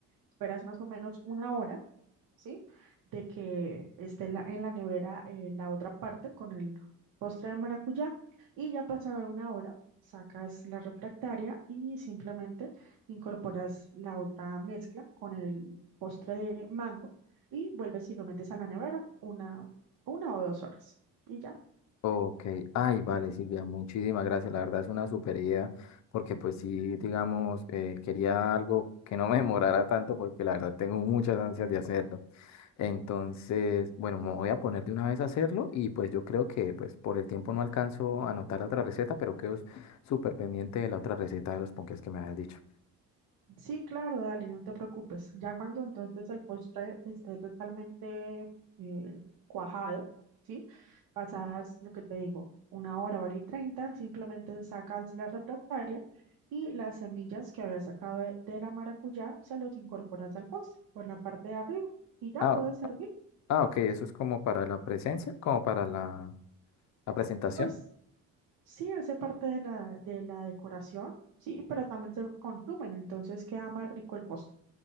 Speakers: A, on the right; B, on the left.
A: esperas más o menos una hora. ¿sí? De que esté en la, en la nevera eh, la otra parte con el postre de maracuyá y ya pasada una hora sacas la refractaria y simplemente incorporas la otra mezcla con el postre de mango y vuelves y lo metes a la nevera una, una o dos horas. Y ya.
B: Ok, ay, vale, Silvia, muchísimas gracias. La verdad es una super idea, porque pues sí, digamos, eh, quería algo que no me demorara tanto, porque la verdad tengo muchas ansias de hacerlo. Entonces, bueno, me voy a poner de una vez a hacerlo y pues yo creo que pues por el tiempo no alcanzo a anotar la otra receta, pero quedo súper pendiente de la otra receta de los ponques que me habías dicho.
A: Sí, claro, dale, no te preocupes. Ya cuando entonces el postre esté totalmente eh, cuajado, ¿sí? Pasadas lo que te digo, una hora, hora y treinta, simplemente sacas la refractaria y las semillas que habías sacado de, de la maracuyá se los incorporas al postre por la parte de arriba y ya
B: Ah,
A: puede servir.
B: ah, ok, eso es como para la presencia, como para la, la presentación.
A: Pues sí, hace parte de la, de la decoración, sí, pero también se consumen, entonces queda más rico el postre.